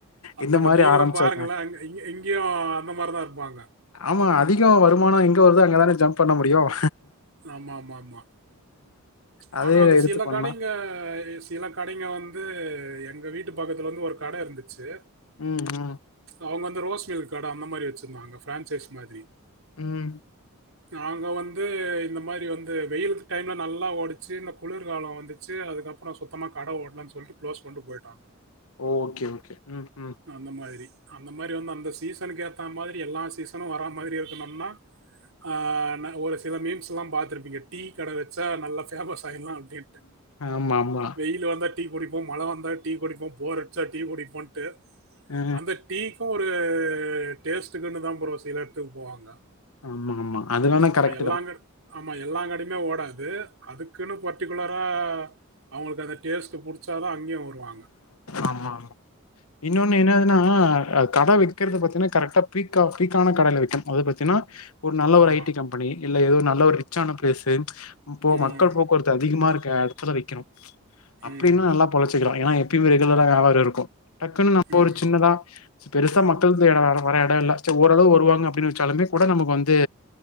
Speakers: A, on the right (about 65°); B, on the left (about 80°).
A: அதான்
B: இந்த
A: இப்போ
B: மாதிரி
A: நீங்களும்
B: ஆரம்பிச்சிருவேன்.
A: பாருங்களேன் அங்க- இங்க இங்கேயும் அந்த மாதிரி தான் இருப்பாங்க
B: ம்ம் அதிகம் வருமானம் எங்க வருதோ அங்க தான ஜம்ப் பண்ண முடியும்.
A: ஆமா ஆமா ஆமா ச்சு
B: அதே
A: ஆனா அது
B: எடுத்து
A: சில
B: பண்ணா
A: கடைங்க சில கடைங்க வந்து எங்க வீட்டு பக்கத்துல்ல வந்து ஒரு கடை இருந்துச்சு
B: உம் உம்
A: அவங்க வந்து ரோஸ் மில்க் கட அந்த மாதிரி வச்சுருந்தாங்க ஃப்ரான்சைஸ் மாதிரி
B: உம்
A: நாங்க வந்து இந்த மாரி வந்து வெயிலு டைம்ல நல்லா ஓடிச்சு இந்த குளிர்காலம் வந்துச்சு, அதுக்கப்புறம் சுத்தமா கடை ஓடலனு சொல்லிட்டு க்ளோஸ் பண்ட்டு போயிட்டோம்
B: ஓ ஓகே ஓகே ம் ம்
A: அந்த மாதிரி அந்த மாரி வந்து அந்த சீசனுக்கு ஏத்தா மாரி எல்லா சீசனும் வரா மாரி இருக்கணும்னா ஆஹ் ந ஒரு சில மீம்ஸ்லாம் பாத்துருப்பீங்க டீ கட வச்சா நல்லா ஃபேமஸ் டைம்லா அப்டேட்டு
B: ஆமா ஆமா
A: வெயில் வந்தா டீ குடிப்போம், மழ வந்தா டீ குடிப்போம், போர் அடுச்சா டீ குடிப்போன்ட்டு
B: ஆ
A: அந்த டீக்கும் ஒரு டேஸ்டுக்குன்னு தான் ப்ரோ சில இடத்துக்கு போவாங்க.
B: ஆமா ஆமா அதுவேனா
A: ஆமா
B: கரெக்டு
A: எல்லாங்க
B: தான்
A: ஆமா எல்லா கடையுமே ஓடாது அதுக்குன்னு பர்டிகுலரா அவுங்களுக்கு அந்த டேஸ்ட்ட பொறுத் அங்கேயும் வருவாங்க.
B: ஆமா இன்னொன்னு என்னாதுன்னா ஆஹ் கட வக்கிறது பாத்தீங்கன்னா கரெக்டா பீக்கா பீக்கான கடேல வக்கனும் அது பாத்தீங்கன்னா ஒரு நல்ல
A: ஆமா.
B: ஒரு ஐ டி கம்பெனி இல்ல ஏதோ நல்ல ஒரு ரிச்ச ஆான பிளேசு இப்போ
A: ம்.
B: மக்கள் போக்குவரத்து அதிகமா இருக் கேர்ஃபுல்லா வக்கிணும் அப்டின்னா
A: ம்.
B: நல்லா பொழச் எடுத்துக்கலாம் ஏன்னா எப்பயுமே ரெகுலரா யேபாரம் இருக்கும் டக்குன்னு நம்ம
A: ம்.
B: ஒரு சின்னதா பெருசா மக்களுக்கு இட வர இடம் இல்லை ச ஓரளவு வருவாங்க அப்படின்னு வச்சாலுமே கூட நமக்கு வந்து